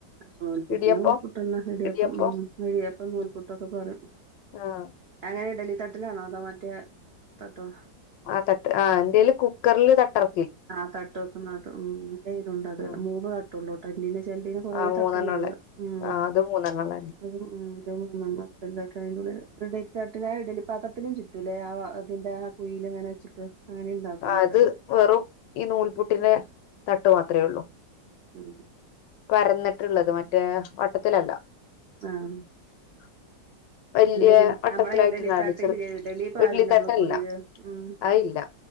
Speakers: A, on the right; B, on the left.
A: നൂൽപുട്ട്ന്
B: ഇടിയപ്പം
A: നൂൽപുട്ടെന്നെ ഇടിയപ്പമ്
B: ഇടിയപ്പം
A: ഇടിയപ്പം നൂൽപുട്ടൊക്കെ
B: ഉം
A: പറിം
B: ആഹ്
A: എങ്ങനെ ഇഡലി തട്ട്ലാണോ അതോ മറ്റേ തട്ടോ?
B: ആ തട്ട് ആഹ് എന്റെേൽ കുക്കർൽ തട്ടർ
A: ആ തട്ട് വെക്ക്‌ന്നതും മ് ഇന്റൈലുംണ്ടത്
B: ഉം
A: മൂന്ന് ത തുള്ളോട്ടര്നിനെ ചെൽതിന് കൊറേ
B: ആഹ്
A: തട്ടുള്ളഹ്ണ്ട്
B: മൂന്നെണ്ണം ഉള്ളെ
A: ഉം
B: ആഹ് അത് മൂന്നെണ്ണം ഉള്ളെന്നെ
A: <unintelligible> ഉം. ന്റെ മൂന്നണ്ണത്തിന്റ ട്ടയ്ന്റുള്ള്ല് ഇഡലി തട്ട്ൽ ആ ഇഡലി പാത്രത്തിലും ചുറ്റുല്ലേ ആഹ് അതിന്റെ ആ കുയീൽ ഇങ്ങനെച്ച്ട്ട് അങ്ങനെ ഇണ്ടാക്കും
B: ആഹ്
A: ആൾക്കാര്
B: അത് വെറും ഈ നൂൽപുട്ടിന്റെ തട്ട് മാത്രേ ഒള്ളു
A: ഉം.
B: പരന്ന്ട്ട്ള്ളത് മറ്റേ വട്ടത്തിലല്ല
A: ആഹ്
B: <inaudible>
A: അല്ലടി
B: വട്ടത്തിലായിട്ട്
A: നമ്മളെ ഇഡലി
B: നാല്
A: തട്ടിൽ
B: ചെറു
A: ല്ലെ ഇഡലി പാരുലെ
B: ഇഡ്ലി തട്ടല്ല
A: മ്മൾ കുയീൽ ഉം
B: അതില്ല